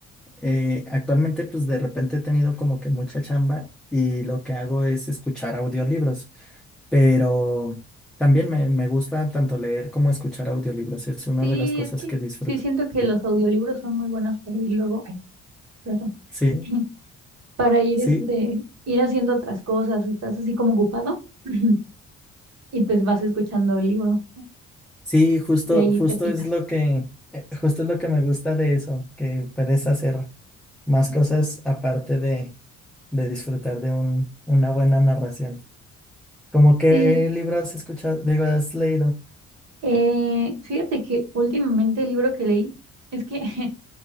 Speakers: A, in the centre; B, on the right.
A: Eh, actualmente, pues de repente he tenido como que mucha chamba y lo que hago es escuchar audiolibros, pero también me, me gusta tanto leer como escuchar audiolibros, es una
B: Sí,
A: de las cosas
B: es que
A: que disfruto.
B: sí siento que los audiolibros son muy buenos para ir luego, ay, perdón,
A: Sí,
B: <laughs> para ir
A: sí,
B: este, ir haciendo otras cosas, o estás así como ocupado <laughs> <clears throat> y pues vas escuchando el libro
A: sí, justo,
B: y ahí
A: justo
B: te picas.
A: es lo que, eh, justo es lo que me gusta de eso, que puedes hacer. más cosas aparte de, de disfrutar de un, una buena narración. ¿Cómo qué
B: Sí,
A: libro has escuchado? Digo, has leído.
B: eh, fíjate que últimamente el libro que leí es que <laughs>